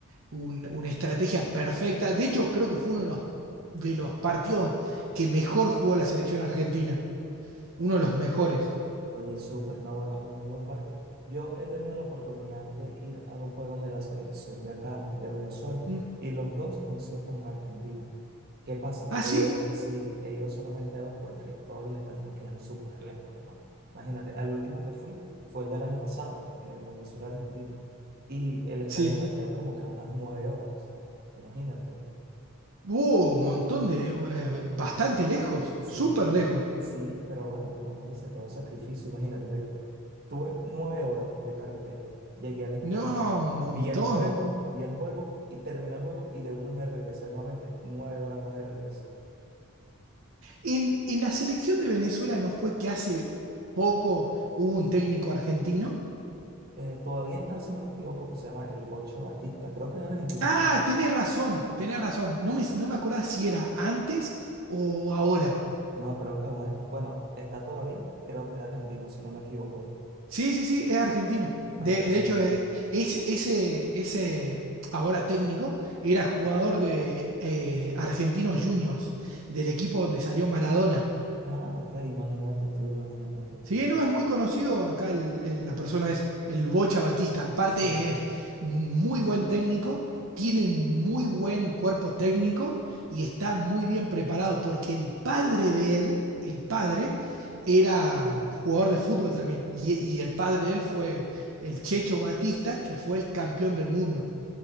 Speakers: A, on the right (about 65°); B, on the right (about 45°).
A: un- una estrategia perfecta. De hecho, creo que fue uno de los, de los partidos que mejor jugó la selección argentina, uno de los mejores.
B: Oye, súper, no, bueno, un muy buen partido. Yo he tenido la oportunidad de ir a los juegos de la selección de acá, de Venezuela,
A: Mm.
B: y los dos han sido con Argentina. ¿Qué pasa?
A: ¿Ah,
B: He
A: sí?
B: ido, sí, he ido solamente a dos porque todos los estadios me quedan súper lejos, hermano. Imagínate, al último que fui fue el del año pasado, el Venezuela-Argentina, y el estadio
A: Sí.
B: me queda como que a unas nueve horas. Imagínate,
A: Hubo un montón de, eh, bastante lejos,
B: sí,
A: súper lejos.
B: sí, pero bueno, como uno dice, todo sacrificio, imagínate, mira. Tuve nueve horas de carretera. Llegué al estadio.
A: No, un montón.
B: Vi el juego, vi el juego y terminó el juego y de una me regresé nuevamente nueve horas más de regreso.
A: En, en la selección de Venezuela no fue que hace poco hubo un técnico argentino.
B: Eh, todavía está, si no me equivoco, que se llama el Bocha Batista. Creo que es argentino.
A: Ah, tenés razón, tenés razón. No me, no me acordaba si era antes o ahora.
B: No, creo que aún es. Bueno, está todavía. Creo que es argentino, si no me equivoco.
A: Sí, sí, sí, es argentino.
B: Ah,
A: De, de
B: súper.
A: hecho, eh, es, ese, ese ahora técnico era jugador de eh, Argentinos Juniors, del equipo donde salió Maradona.
B: Ah, ok, imagínate tú, imagínate tú.
A: Sí, no, es muy conocido acá el- el- la persona esa, el Bocha Batista. Aparte
B: Sí,
A: es muy buen técnico, tiene un muy buen cuerpo técnico y está muy bien preparado porque el padre de él, el padre, era mm, jugador de fútbol también. Y, y el padre de él fue el Checho Batista, que fue el campeón del mundo